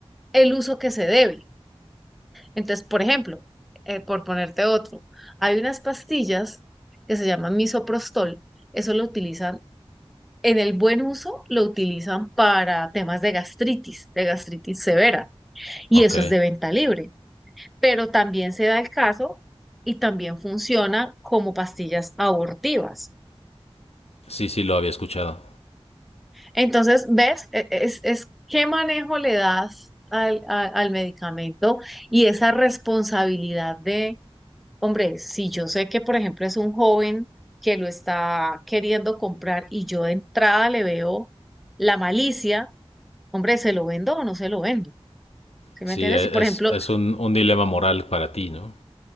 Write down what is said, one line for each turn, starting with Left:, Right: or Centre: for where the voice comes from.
Centre: el uso que se debe. Entonces, por ejemplo, eh, por ponerte otro, hay unas pastillas que se llaman misoprostol, eso lo utilizan, en el buen uso lo utilizan para temas de gastritis, de gastritis severa, y
Left: Ok,
Centre: eso es de venta libre, pero también se da el caso y también funciona como pastillas abortivas.
Left: sí, sí, lo había escuchado.
Centre: Entonces, ¿ves? E- e, Es, es qué manejo le das al, a, al medicamento y esa responsabilidad de Hombre, si yo sé que, por ejemplo, es un joven que lo está queriendo comprar y yo de entrada le veo la malicia, hombre, ¿se lo vendo o no se lo vendo? ¿Sí
Left: Sí,
Centre: me entiendes?
Left: e-
Centre: Y por
Left: es,
Centre: ejemplo,
Left: es un, un dilema moral para ti, ¿no?